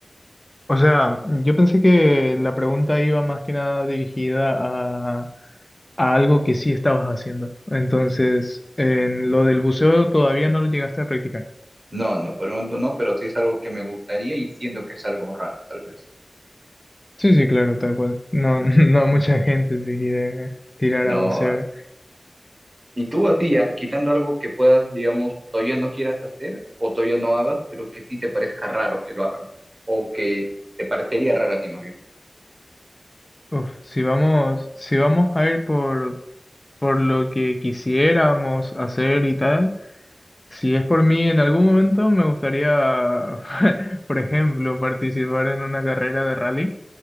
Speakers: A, on the left; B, on the right.
A: O sea, yo pensé que la pregunta iba más que nada dirigida a, a algo que sí estabas haciendo, entonces en lo del buceo todavía no lo llegaste a practicar.
B: No, no, por el momento no, pero sí es algo que me gustaría y siento que es algo raro, tal vez.
A: Sí, sí, claro, tal cual. No, <laughs> no mucha gente se quiere tirar
B: No,
A: a bucear.
B: Y tú así ya, quitando algo que puedas, digamos, todavía no quieras hacer o todavía no hagas, pero que sí te parezca raro que lo hagan o que te parecería raro a ti más bien.
A: Uf, si vamos, si vamos a ir por, por lo que quisiéramos hacer y tal, si es por mí, en algún momento me gustaría, <laughs> por ejemplo, participar en una carrera de rally.